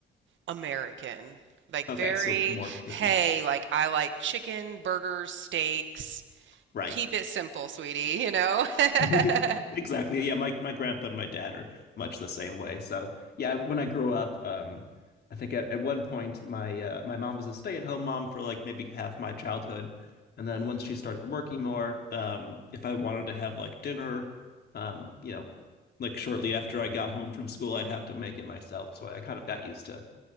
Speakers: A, on the right; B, on the left.
A: American. Like very,
B: Okay, so more picky.
A: hey, like I like chicken, burgers, steaks.
B: Right.
A: Keep it simple, sweetie, you know? <laughs>
B: <laughs> Exactly. Yeah, my my grandpa and my dad are much the same way. So yeah, when I grew up, um, I think at, at one point my uh, my mom was a stay-at-home mom for like maybe half my childhood, and then once she started working more, um, if I wanted to have like dinner, um, you know, like shortly after I got home from school, I'd have to make it myself. So I kind of got used to